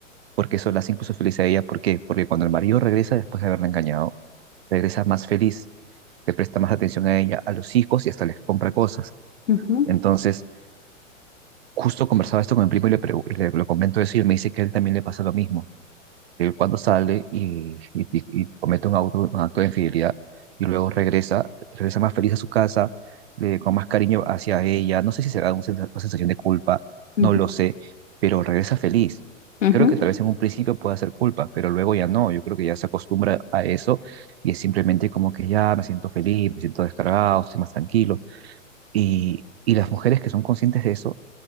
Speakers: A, on the right; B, on the left.
A: porque eso la hace incluso feliz a ella. ¿Por qué? Porque cuando el marido regresa después de haberla engañado, regresa más feliz, le presta más atención a ella, a los hijos y hasta les compra cosas.
B: ujú,
A: Entonces, justo conversaba esto con mi primo y le, pregu- y le, lo comento eso y él me dice que a él también le pasa lo mismo. Él cuando sale y, y- y comete un, auto- un acto de infidelidad y luego regresa, regresa más feliz a su casa, eh, con más cariño hacia ella. No sé si será una sensa- una sensación de culpa,
B: ujú,
A: no
B: ujú,
A: lo sé, pero regresa feliz.
B: ujú.
A: Creo que tal vez en un principio pueda ser culpa, pero luego ya no. Yo creo que ya se acostumbra a eso y es simplemente como que ya me siento feliz, me siento descargado, estoy más tranquilo. Y, y las mujeres que son conscientes de eso